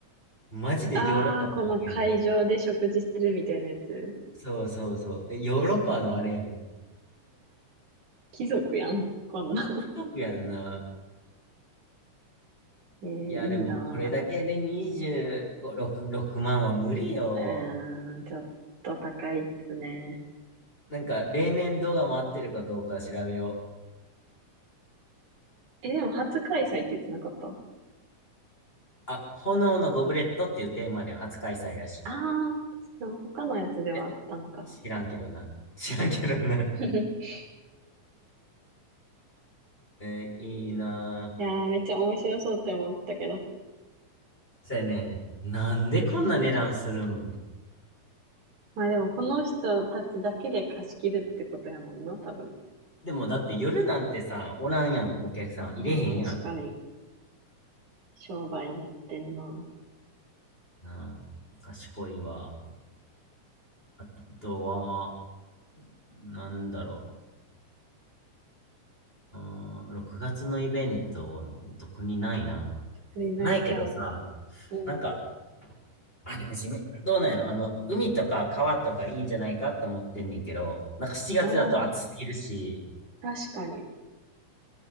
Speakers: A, on the left; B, on the right.
A: マジでヨーロッパのあれやん。
B: ああ、この会場で食事してるみたいなやつ。
A: そうそうそう。え、ヨーロッパのあれやん。
B: 確かに。貴族やん、こんな。
A: 貴族やんな。
B: <laughs> えー、いいな
A: いや、でもこれだけで25、6、6万は無理よ。
B: ぁ。うーん、ちょっと高いっすね。
A: なんか、例年動画回ってるかどうか調べよう。
B: え、でも初開催って言ってなかった
A: あ、炎のゴブレットっていうテーマで初開催らしい。
B: ああ、
A: い
B: そう、他のやつではあったんか。
A: や、知らんけどな。<laughs> 知らんけどな。
B: <laughs>
A: えーいいな
B: いやー、めっちゃ面白そうって思ったけど。
A: ぁ。そやね、なんでこんな値段するん
B: まあでも、この人たちだけで貸し切るってことやもんな、多分。
A: でもだって夜なんてさ、おらんやん、お客さん。
B: まあ確かに、
A: 入れへんやん。
B: 商売やってんな。
A: なあ、賢いわ。あとは、なんだろう。うーん、6月のイベント、特にないな。
B: 売れないか。
A: ないけどさ、
B: うん。
A: なんか、あ、でも地面どうなんやろあの、海とか川とかいいんじゃないかって思ってんねんけど、なんか7月だと暑すぎるし、
B: ああ、確かに。